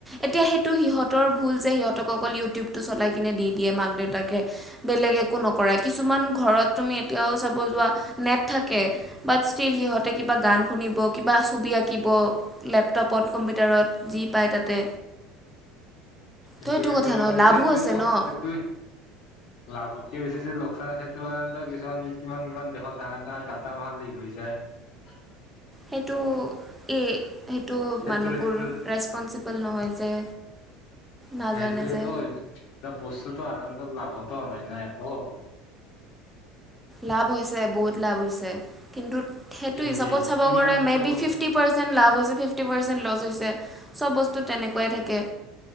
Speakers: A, in the centre; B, on the left (about 55°).
A: এতিয়া সেইটো সিহঁতৰ ভুল যে সিহতে ত অকল ইউটিউবটো চলাই কিনে দি দিয়ে মাক দেউতাকে। বেলেগ একো নকৰে কিছুমান ঘৰত তুমি এতিয়াও চাব যোৱা নেট থাকে। বাট ষ্টিল সিহঁতে কিবা গান শুনিব কিবা ছবি আঁকিব। লেপটপত কম্পিউটাৰত যি পায় তাতে।
B: কিন্তু
A: তো এইটো
B: এইটোৰ
A: কথা
B: কাৰণেটো
A: ন লাভো
B: সেইটোৱেটো
A: আছে ন
B: সেইটোৱে। লাভতকে বেছি যে লোকচানৰ কাৰণে কিছুমান কিমান কিমান দেশত ডাঙৰ ডাঙৰ ডাটা মাহা লিক হৈ যায়। উ।
A: সেইটো এই সেইটো
B: সেইটোৰ
A: মানুহবোৰ
B: সেইটোৰ
A: ৰেচপনচিবল নহয় যে। নাজানে
B: সেইটোয়েতো
A: যে
B: বস্তুতো আনাৰ কাৰণেটো লাভতো হোৱা নাই না একো।
A: লাভ হৈছে বহুত লাভ হৈছে কিন্তু সেইটো
B: কিনকে
A: হিচাপত চাব
B: কিমানতো
A: গাৰে মে
B: বস
A: বি ফিফট। ফিফটি পাৰ্চেণ্ট লাভ হৈছে ফিফটি পাৰ্চেণ্ট লচ হৈছে চব বস্তু তেনেকুৱাই থাকে।